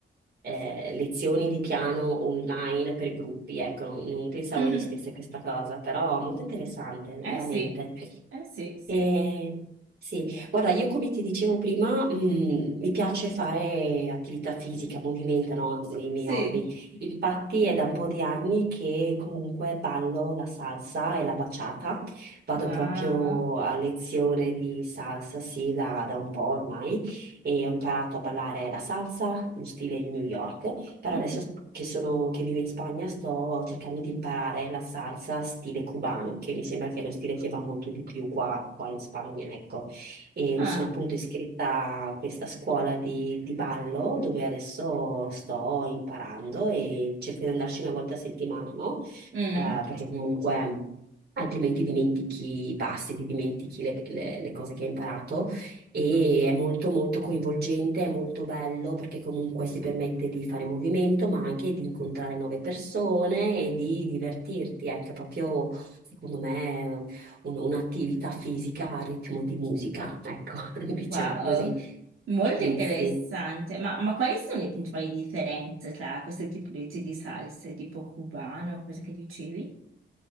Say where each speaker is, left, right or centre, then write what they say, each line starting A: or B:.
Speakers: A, on the right (about 50°); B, on the right (about 90°).
A: eh, lezioni di piano online per gruppi, ecco, non, non pensavo
B: <laughs>
A: esistesse questa cosa, però molto interessante,
B: Eh
A: veramente.
B: sì, eh sì, sì,
A: Eh, sì, guarda, io come ti dicevo prima, mh, mi piace fare attività fisica, movimento, no? Nei miei
B: sì.
A: hobby. Infatti è da un po' di anni che comunque ballo la salsa e la baciata Vado
B: Wow.
A: proprio a lezione di salsa, sì, da, da un po' ormai e ho imparato a ballare la salsa, lo stile New York. Però
B: Mhm.
A: adesso che sono, che vivo in Spagna sto cercando di imparare la salsa stile cubano, che mi sembra che è lo stile che va molto di più qua, qua in Spagna, ecco. E
B: Ah.
A: mi sono appunto iscritta a questa scuola di, di ballo dove adesso sto imparando e cerco di andarci una volta a settimana, no?
B: mm.
A: Eh, perché comunque altrimenti dimentichi i passi, ti dimentichi le, le- le cose che hai imparato e è molto molto coinvolgente, è molto bello perché comunque si permette di fare movimento, ma anche di incontrare nuove persone e di divertirti. Ecco, è proprio, secondo me, un- un'attività fisica a ritmo di musica, ecco, <laughs> diciamo
B: Wow,
A: così.
B: molto
A: Sì,
B: interessante.
A: sì.
B: Ma, ma quali sono le principali differenze tra queste tipologie di salse, tipo cubano, cosa che dicevi?